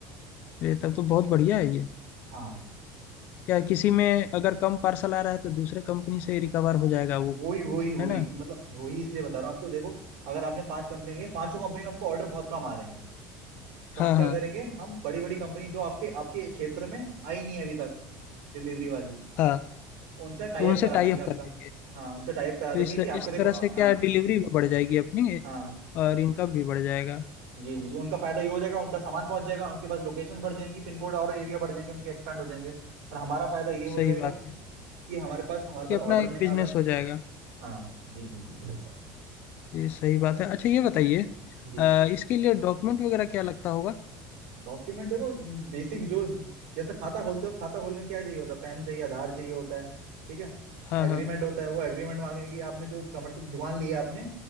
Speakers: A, on the left; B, on the right.
A: ये तब तो बहुत बढ़िया है ये
B: हाँ
A: क्या है, किसी में अगर कम पार्सल आ रहा है तो दूसरे कंपनी से रिकवर हो जाएगा वो
B: वही वही वही
A: है ना
B: कि मतलब वही इसलिए बता रहा हूँ आपको देखो अगर आपने पांच कंपनी लिए पांचों कंपनी में आपको ऑर्डर बहुत कम आ रहे हैं तो
A: हाँ
B: हम क्या
A: हाँ
B: करेंगे हम बड़ी बड़ी कंपनी जो आपके आपके क्षेत्र में आई नहीं है अभी तक डिलीवरी वाली
A: हाँ
B: उनसे टाई
A: तो
B: अप
A: उनसे
B: करा
A: टाई
B: देंगे
A: अप
B: आपका
A: कर देंगे
B: हाँ उनसे टाई अप करा
A: तो
B: देंगे
A: इस
B: कि
A: इस
B: आपके देखो
A: तरह
B: आ-
A: से क्या
B: हाँ
A: डिलीवरी भी बढ़ जाएगी अपनी
B: हाँ
A: और इनकम भी बढ़ जाएगा
B: जी जी जी उनका फायदा ये हो जाएगा उनका सामान पहुंच जाएगा उनके पास लोकेशन बढ़ जाएंगी पिन कोड और एरिया बढ़ जाएंगे उनके एक्सपैंड हो जाएंगे और हमारा फायदा ये हो
A: सही
B: जाएगा
A: बात है
B: कि हमारे पास हमारे पास
A: कि अपना
B: ऑर्डर
A: एक
B: नहीं
A: बिजनेस
B: अगर
A: हो जाएगा
B: हाँ जी जी जी सही बात
A: ये सही बात है अच्छा ये बताइए
B: जी
A: अ, इसके लिए डॉक्यूमेंट वगैरह क्या लगता होगा
B: डॉक्यूमेंट देखो बेसिक जो जैसे खाता खोलते हो खाता खोलने में क्या चाहिए होता है पैन चाहिए आधार चाहिए होता है ठीक है
A: हाँ
B: एग्रीमेंट
A: हाँ
B: होता है वो एग्रीमेंट मांगेंगे कि आपने जो कमर्शियल दुकान ली है आपने